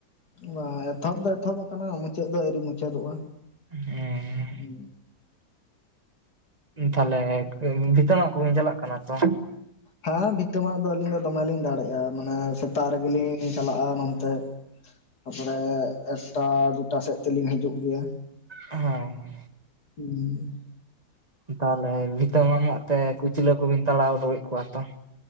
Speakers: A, on the left (about 85°); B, on the right (about 25°).
A: ᱵᱟᱝ ᱮᱛᱚᱦᱚᱵ ᱫᱚ ᱮᱛᱚᱦᱚᱵ ᱠᱟᱱᱟ ᱢᱩᱪᱟᱹᱫ ᱫᱚ ᱟᱹᱣᱨᱤ ᱢᱩᱪᱟᱹᱫᱚᱜᱼᱟ
B: ᱦᱮᱸ
A: ᱦᱩᱸ
B: ᱛᱟᱦᱞᱮ ᱵᱷᱤᱛᱟ. ᱢᱟᱜ ᱠᱚ ᱵᱤᱱ ᱠᱟᱱᱟ ᱛᱚ
A: ᱦᱮᱸ ᱵᱷᱤᱛᱟᱹᱟᱜ ᱫᱚ ᱟᱹᱞᱤᱧ ᱫᱚ ᱫᱚᱢᱮᱞᱤᱧ ᱫᱟᱲᱮᱭᱟᱜᱼᱟ ᱢᱟᱱᱮ ᱥᱮᱛᱟᱜ ᱨᱮᱜᱮᱞᱤᱧ ᱪᱟᱞᱟᱜᱼᱟ ᱱᱚᱱᱛᱮ ᱛᱟᱯᱚᱨᱮ ᱮᱠᱴᱟ ᱫᱩᱴᱟ ᱥᱮᱫ ᱛᱮᱞᱤᱧ ᱦᱤᱡᱩᱜ ᱜᱮᱭᱟ
B: ᱦᱮ
A: ᱚᱸ
B: ᱛᱟᱦᱚᱞᱮ ᱵᱷᱤᱛᱟᱹ ᱢᱟᱜ ᱢᱟᱜ ᱛᱮ ᱠᱩᱪᱞᱟᱹ ᱠᱚᱵᱤᱱ ᱛᱟᱞᱟᱣ ᱩᱰᱩᱠ ᱮᱫ ᱠᱚᱣᱟ ᱛᱚ᱾